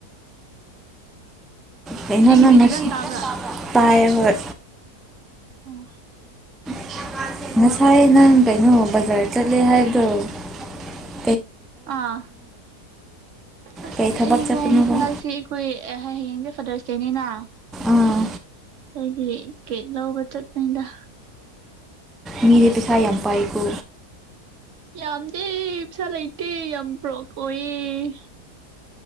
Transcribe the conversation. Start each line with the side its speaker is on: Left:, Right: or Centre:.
Centre: ꯀꯩꯅꯣ
Right: ꯑꯩꯒꯤꯗꯤ
Centre: ꯅꯪ ꯉꯁꯤ
Right: ꯐꯖꯅ ꯇꯥꯕ꯭ꯔꯥ
Centre: ꯇꯥꯏ ꯍꯣꯏ
Right: ꯑꯣ
Centre: ꯋꯥꯉꯥꯡꯂꯣꯏꯒꯤ ꯈꯣꯟꯖꯦꯜꯁꯦ ꯌꯥꯝꯅ ꯄꯤꯛꯄꯅ ꯂꯧꯐꯝ ꯈꯪꯗꯔꯦ ꯋꯥꯉꯥꯡꯂꯣꯏꯒꯤ ꯈꯣꯟꯖꯦꯜꯁꯦ ꯌꯥꯝꯅ ꯄꯤꯛꯄꯅ ꯂꯧꯐꯝ ꯈꯪꯗꯔꯦ
Right: ꯑꯥ ꯑꯁ
Centre: ꯀꯩ ꯊꯕꯛ
Right: ꯑꯩꯒꯣꯝ
Centre: ꯆꯠꯄꯅꯣꯕ
Right: ꯍꯟꯗꯛꯁꯤ ꯑꯩꯈꯣꯏ ꯑꯦꯍ ꯍꯌꯦꯡꯗꯤ ꯐꯥꯗꯔꯁ ꯗꯦꯅꯤꯅ
Centre: ꯑꯥ
Right: ꯑꯩꯒꯤ ꯀꯦꯛ ꯂꯧꯕ ꯆꯠꯄꯅꯤꯗ
Centre: ꯃꯤꯗꯤ ꯄꯩꯁꯥ ꯌꯥꯝ ꯄꯥꯏꯀꯣ
Right: ꯌꯥꯝꯗꯦ ꯄꯩꯁꯥ ꯂꯩꯇꯦ ꯌꯥꯝ ꯕ꯭ꯔꯣꯛ ꯑꯣꯏꯌꯦ